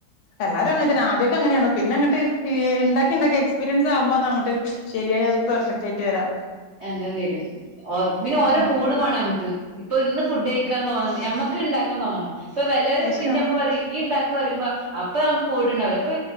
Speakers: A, on the left; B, on the right.
A: എല്ലാരു അങ്ങൻ തന്നെ ആദ്യക്കെങ്ങനെണു പിന്നെങ്ങട്ട് ഇണ്ടാക്കിണ്ടാക്കി എക്സ്പീരിയൻസ് ആവ്‌മ്പോ അങ്ങട്ട് ശരിയായാ അത് പെർഫക്റ്റ് ആയിട്ട് വരാം
B: എങ്ങ വരും <unintelligible> പിന്നെ ഓരോ
A: ആഹ്
B: മൂഡ് വേണമ്മക്ക് ഇപ്പൊന്ന് ഫുഡഴിക്കാൻ നോ നമ്മക്ക് ഇണ്ടാ ക്ക തോന്നണം ഇപ്പൊ വല്ലരും
A: അത്
B: പിന്നെമ്മ
A: ശരിയാ
B: പറയ് ഇയ്യ് ണ്ടാക്ക ക്കു വരുമ്പോ അപ്പൊ നമുക്ക് മൂടിണ്ടാവില്ല അപ്പൊ